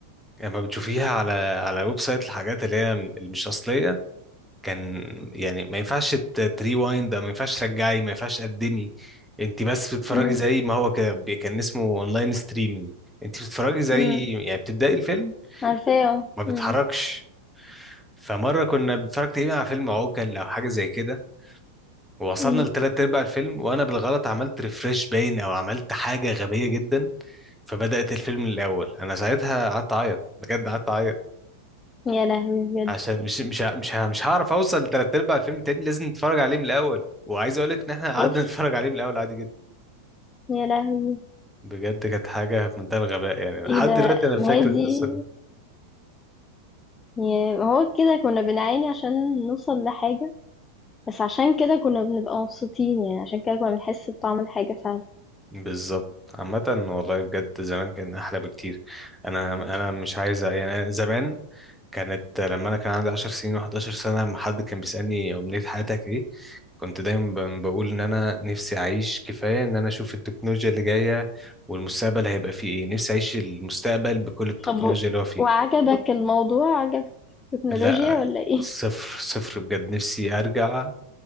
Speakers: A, in the centre; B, on the left.
A: لما بتشوفيها على على ويب سايت الحاجات اللي هي مش اصليه كان يعني ما ينفعش تريوايند ما ينفعش ترجعي ما ينفعش تقدمي انت بس بتتفرجي
B: إمم،
A: زي ما هو كده بي- كان اسمه اونلاين ستريمينج انت بتتفرجي زي
B: إمم،
A: يعني بتبداي الفيلم
B: عارفاه آه،
A: ما بتحركش
B: إمم،
A: فمرة كنا بنتفرج تقريبا على فيلم عوكل أو حاجة زي كده ووصلنا
B: إمم،
A: لتلات أرباع الفيلم وأنا بالغلط عملت ريفرش باين أو عملت حاجة غبية جدا فبدأت الفيلم من الأول أنا ساعتها قعدت أعيط بجد قعدت أعيط
B: يا لهوي بجد!
A: عشان مش مش ه- مش ه- مش هعرف أوصل لتلات أرباع الفيلم تاني لازم نتفرج عليه من الأول وعايز أقول لك إن إحنا قعدنا
B: أوف،
A: <laughs> نتفرج عليه من الأول عادي جدا
B: يا لهوي!
A: بجد كانت حاجة في منتهى الغباء يعني لحد
B: إيه ده!
A: دلوقتي أنا فاكر
B: ما هي دي
A: القصة دي
B: يعني هو كده كنا بنعاني عشان نوصل لحاجة بس عشان كده كنا بنبقى مبسوطين يعني عشان كده كنا بنحس بطعم الحاجة فعلا
A: بالظبط عامة والله بجد زمان كان أحلى بكتير أنا أنا مش عايز يعني أنا زمان كانت لما انا كان عندي 10 سنين و11 سنه لما حد كان بيسالني امنيه حياتك ايه كنت دايما ب- بقول ان انا نفسي اعيش كفايه ان انا اشوف التكنولوجيا اللي جايه والمستقبل هيبقى فيه ايه نفسي اعيش المستقبل بكل التكنولوجيا
B: طب و-
A: اللي هو فيه
B: وعجبك الموضوع عجبك التكنولوجيا
A: لا
B: ولا ايه؟
A: صفر
B: <laughs>
A: صفر بجد نفسي ارجع